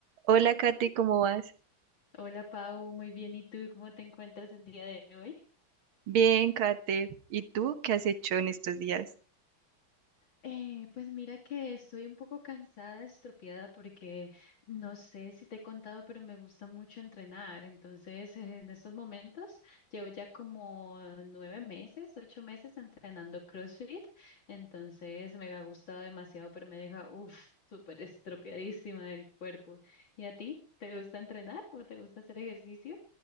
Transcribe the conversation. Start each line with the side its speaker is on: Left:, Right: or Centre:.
Right: Hola, Kate, ¿cómo vas?
Left: Hola Pau, muy bien. ¿Y tú cómo te encuentras el día de hoy?
Right: Bien, Kate. ¿Y tú qué has hecho en estos días?
Left: Eh, pues mira que estoy un poco cansada, estropeada, porque no sé si te he contado, pero me gusta mucho entrenar. Entonces, <laughs> eh, en estos momentos llevo ya como nueve meses, ocho meses entrenando CrossFit. Entonces, me ha gustado demasiado, pero me deja, uff, súper estropeadísima del cuerpo. ¿Y a ti? ¿Te gusta entrenar o te gusta hacer ejercicio?